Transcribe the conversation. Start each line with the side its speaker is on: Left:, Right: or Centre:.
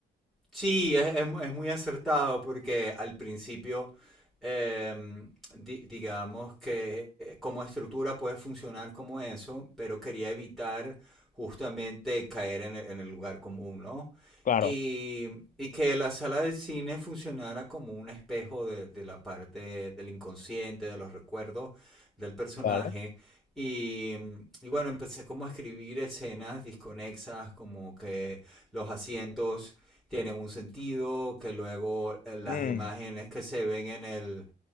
Centre: Sí, es, es mu- es muy acertado porque al principio, em, di- digamos que eh, como estructura puede funcionar como eso, pero quería evitar justamente caer en el, en el lugar común, ¿no?
Left: Claro,
Centre: Y, y que la sala de cine funcionara como un espejo de, de la parte del inconsciente, de los recuerdos del personaje.
Left: vale.
Centre: Y, y bueno, empecé como a escribir escenas disconexas, como que los asientos tiene un sentido, que luego eh, las
Left: Mm,
Centre: imágenes que se ven en el,